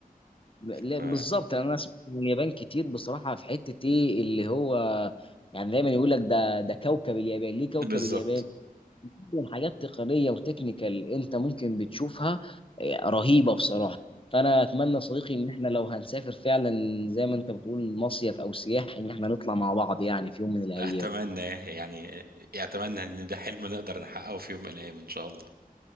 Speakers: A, on the left; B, on the right.
A: لا
B: ف...
A: بالظبط لأن انا سمعت من اليابان كتير بصراحه في حته ايه اللي هو يعني دايما يقول لك ده ده كوكب اليابان ليه كوكب
B: <laughs> بالظبط
A: اليابان من حاجات تقنيه وتكنيكال انت ممكن بتشوفها إيه، رهيبه بصراحه فانا اتمنى يا صديقي ان احنا لو هنسافر فعلا زي ما انت بتقول مصيف او سياحي ان احنا نطلع مع بعض يعني في يوم من الايام
B: اتمنى يعني اتمنى ان ده حلم نقدر نحققه في يوم من الايام ان شاء الله